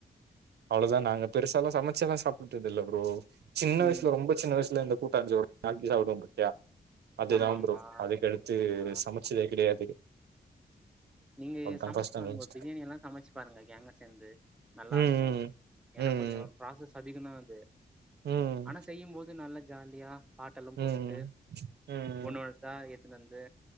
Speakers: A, on the right; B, in the centre.
A: அவ்ளோதா நாங்க பெருசாலா சமைச்சில்ல சாப்புட்டுதில்ல ப்ரோ சின்ன
B: ம்
A: வய்சுல ரொம்ப சின்ன வய்சுல இந் கூட்டான் சோரு ஆக்கி சாப்ட்வோ பாத்தியா அததுதா
B: ஆமா ஆமா
A: ப்ரோ அதுக்கடுத்து
B: ஆ
A: சமைச்சதே <unintelligible>
B: நீங்க
A: அதா
B: சமைச்சு
A: ஃபர்ஸ்ட்
B: பாருங்க
A: அண்ட்
B: பிரியாணி எல்லா சமைச்சு பாருங்க காங்கா சேந்து நல்லாருக்கோ
A: ம்
B: ஏன்னா
A: ம்
B: கொஞ்சோ ப்ராசஸ் அதிகதா அது
A: ம்
B: ஆனா செய்யும் போது நல்லா ஜாலியா பாட்டெல்லா போட்டுட்டு
A: ம் ம்
B: ஒன்னு ஒன்னுத்தா எத்துனு வந்து